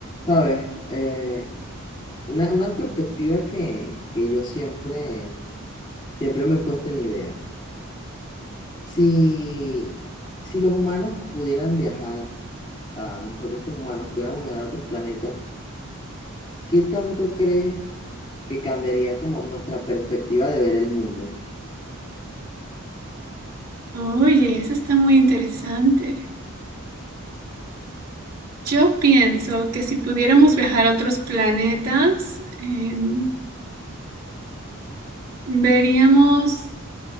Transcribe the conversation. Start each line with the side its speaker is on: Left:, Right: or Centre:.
Left: Sabes, Eh, una, una perspectiva que, que yo siempre, siempre me he puesto en la idea. Si, si los humanos pudieran viajar, o sea, nosotros como humanos pudiéramos viajar a otros planetas, ¿qué tanto crees que cambiaría como nuestra perspectiva de ver el mundo?
Right: Oye, eso está muy interesante. Yo pienso que si pudiéramos viajar a otros planetas, em, veríamos